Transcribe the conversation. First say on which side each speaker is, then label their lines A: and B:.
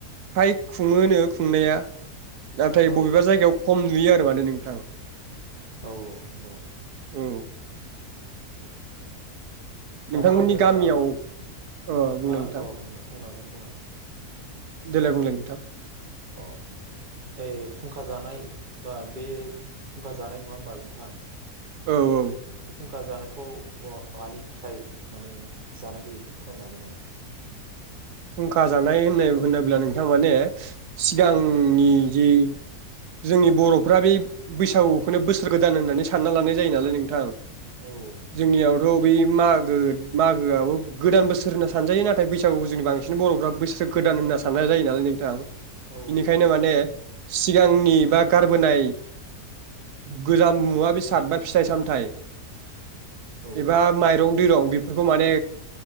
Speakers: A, on the right; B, on the right.
A: फ्राय खुङोनो खुंनाया। नाथाय
B: औ
A: बबेबा जायगायाव खम नुयो आरो माने नोंथां
B: औ नंगौ नोंथां
A: औ नोंथांमोननि
B: दा मा होनो नोंथां
A: गामियाव अ बुंलाय
B: आं
A: नोंथां
B: अ बुंनांगोन बुंनांगोन
A: देलाय बुंलाय नोंथां
B: औ ओइ फुंखा जानाय बा बे फुंखा जानाय नङा होमबा नोंथां
A: औ औ
B: खुंखा जानायखौ अ मानि थाखाय माने जानाय जायो एसे फोरमायनो हागोन नामा <unintelligible>
A: खुंखा जानाय होननाय होनोब्ला नोंथां माने सिगांनि
B: औ
A: जि जोंनि बर'फ्रा बे बैसागुखौनो बोसोर गोदान होननानै सानना लानाय जायो नालाय नोंथां
B: औ
A: जोंनियावथ बै मागो मागोआबो गोदान बोसोर होनना सानजायो नाथाय बैसागुखौ जेनेबा बांसिन बिसोरनि बर'फ्रा बोसोर गोदान होनना साननाय जायो नालाय नोंथां
B: औ
A: बेनिखायनो
B: -औ
A: माने सिगांनि बा गारबोनाय गोजाम मुवा बेसाद बा फिथाइ - सामथाइ
B: औ
A: एबा माइरं दैरं बेफोरखौ माने